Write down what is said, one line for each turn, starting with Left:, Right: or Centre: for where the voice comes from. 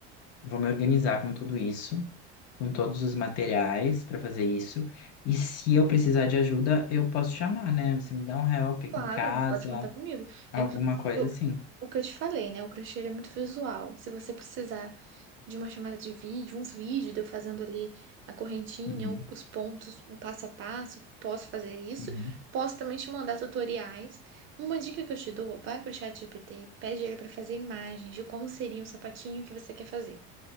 Left: Vou me organizar com tudo isso, com todos os materiais para fazer isso. E se eu precisar de ajuda, eu posso chamar, né? Você me dá um help aqui
Right: Claro,
Left: em casa,
Right: pode contar comigo.
Left: alguma
Right: Inclusive,
Left: coisa
Right: o,
Left: assim.
Right: o que eu te falei, né? O crochê ele é muito visual. Se você precisar de uma chamada de vídeo, uns vídeos de eu fazendo ali a correntinha,
Left: Uhum,
Right: o- os pontos, um passo a passo, posso fazer isso.
Left: uhum,
Right: Posso também te mandar tutoriais. Uma dica que eu te dou, vai pro chat ChatGPT, pede ele para fazer imagens de como seria um sapatinho que você quer fazer.